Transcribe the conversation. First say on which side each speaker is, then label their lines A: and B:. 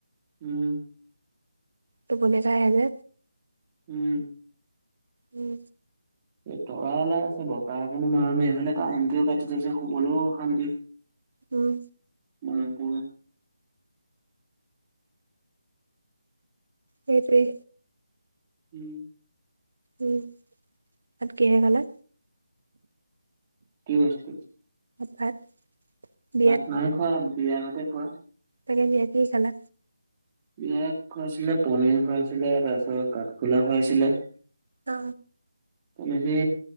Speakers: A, on the right (about 15°); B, on the right (about 70°).
A: উম
B: তুপনি একাই আহে যে
A: উম
B: উম
A: এই তৰা ওলাই আছে বতাহ একণো মৰা নাই এইফালে কাৰেণ্টোও কাটি থৈছে শুবলৈও অশান্তি <inaudible>
B: উম
A: উম
B: সেইটোৱে
A: উম
B: উম ভাত কিহে খালা
A: কি বস্তু
B: ভাত বিয়াত
A: ভাত নাইখোৱা বিয়া ঘতে খোৱা
B: তাকে ভি আইপি খালা
A: বিয়াত খুৱাইছিলে পনিৰ খুৱাইছিলে তাৰপিছত কাঠফুলা খুৱাইছিলে
B: অ
A: তেনেকে